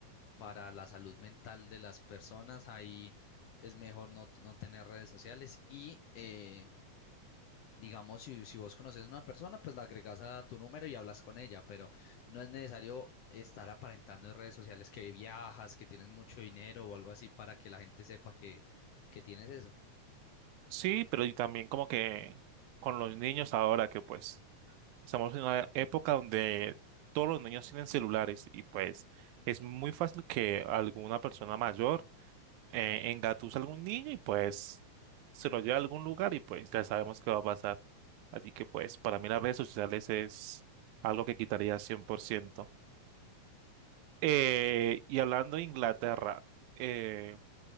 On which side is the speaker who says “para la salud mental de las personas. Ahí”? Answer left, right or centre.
Left